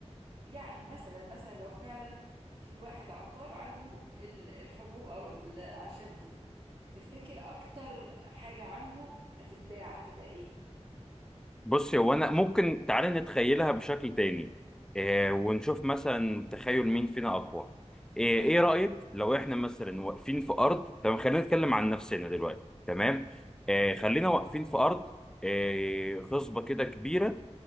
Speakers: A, on the right; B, in the centre.
A: يعني مثلا مثلا لو فعلا في واحد عطار عنده ال- الحبوب او الاعشاب دي تفتكر اكتر حاجة عنده هتتباع هتبقى ايه
B: بص هو انا ممكن تعالى نتخيلها بشكل تاني إيه ونشوف مثلا تخيل مين فينا اقوى إيه, ايه رايك لو احنا مثلا واقفين في ارض تمام خلينا نتكلم عن نفسنا دلوقتي تمام إيه خلينا واقفين في ارض إيه خصبه كده كبيره